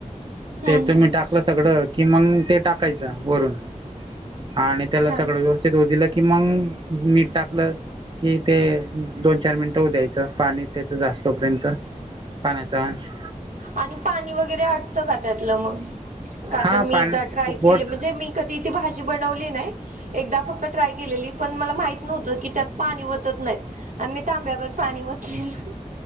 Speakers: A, on the right (about 70°); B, on the right (about 35°).
A: हम्म
B: ते तुम्ही
A: हम्म
B: टाकलं सगळं कि मग ते टाकायचं वरून. हा आणि त्याला
A: छान
B: सगळं व्यवस्थित होऊ दिलं की मग मीट टाकलं कि ते दोन चार मिनटं होऊ द्यायचं पाणी त्याचं जास्तोपर्यंत. पाण्याचास्
A: आणि पाणी वगैरे आटतं का त्यातलं मग? का
B: हा
A: तर मी
B: पाण्या
A: एकदा ट्राय
B: बोट
A: केले म्हणजे मी कधी ती भाजी बनवली नाही. एकदा फक्त ट्राय केलेली पण मला माहित नव्हतं की त्यात पाणी वतत नाहीत. आणि मी तांब्यावर पाणी वतलेलं.